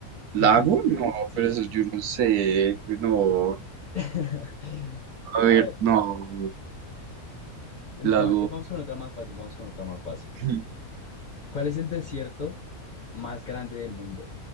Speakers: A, on the right; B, on the left.
A: ¿Lago?
B: <laughs>
A: No,
B: Sí.
A: pero eso yo no sé. No.
B: <laughs>
A: A
B: A
A: ver,
B: ver,
A: no.
B: En-
A: Lago.
B: No, entonces vamos con otra más fácil, vamos con otra más fácil.
A: <laughs>
B: ¿Cuál es el desierto más grande del mundo?